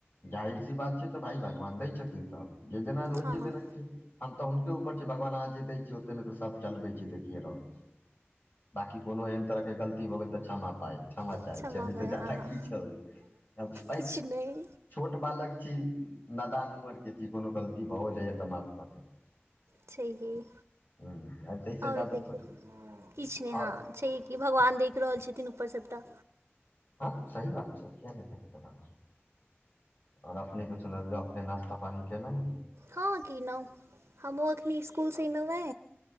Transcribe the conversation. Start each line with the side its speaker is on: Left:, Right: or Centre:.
Left: जहिर सी बात छै तऽ भाय भगवान दै छथिन तऽ जे जेना होइ
Right: हँ
Left: जे
Right: हँ
Left: देनाइथिन हम तऽ हुनके ऊपर छी भगवान आजी दै छीयै ओते तऽ सब चलबै छी देखिए रहल छी बाँकी कोनो एहन तरहके गलती भ गेल तऽ क्षमा पाइ छै समाचार
Right: क्षमा
Left: तऽ
Right: पड़य
Left: ज्यादा
Right: हँ हँ
Left: की छे
Right: किछु नहि
Left: छोट बालक छी नदान उमर के छी कोनो गलती भऽ जाइए तऽ माफ कऽ देब
Right: छैए की
Left: हूँ ताहिसँ
Right: और
Left: जादा
Right: कहिओ
Left: थोड़ी
Right: किछ नहि हँ
Left: आओर
Right: कि भगवान देख रहल छथिन ऊपर सभटा
Left: हाँ सही बात छै किए नहि देखते बा और अपने के सुनबवियौ अपने नास्ता पानी केलहुँ
Right: हँ की नहि हमहुँ अखनी इसकूल सीनमे